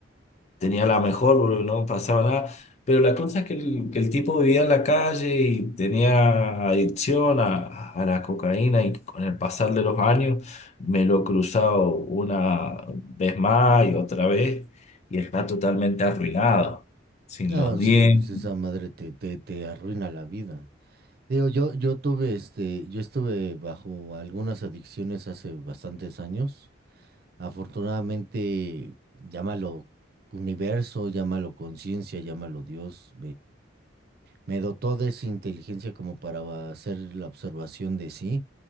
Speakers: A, on the left; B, on the right.
A: tenía la mejor, porque no pasaba nada. Pero la cosa es que el, que el tipo vivía en la calle y tenía adicción a, a la cocaína y con el pasar de los años me lo he cruzado una vez más y otra vez y está totalmente arruinado, sin
B: No,
A: los dientes,
B: sí, pues esa madre te, te, te arruina la vida. Digo, yo, yo tuve este, yo estuve bajo algunas adicciones hace bastantes años. Afortunadamente, llámalo universo, llámalo conciencia, llámalo Dios, Me dotó de esa inteligencia como para hacer la observación de sí,